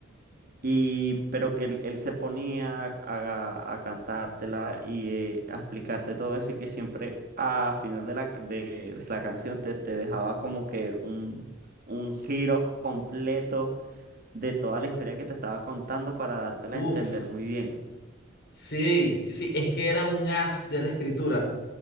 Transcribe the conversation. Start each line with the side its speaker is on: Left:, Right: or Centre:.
Right: y, pero que él, él se ponía a, a cantártela y eh, a explicarte todo eso y que siempre a final de la, de, de la canción te, te dejaba como que un, un giro completo de toda la historia que te estaba contando para dártela a entender
Left: Uf.
Right: muy bien.
Left: Sí, sí, es que era un as de la escritura.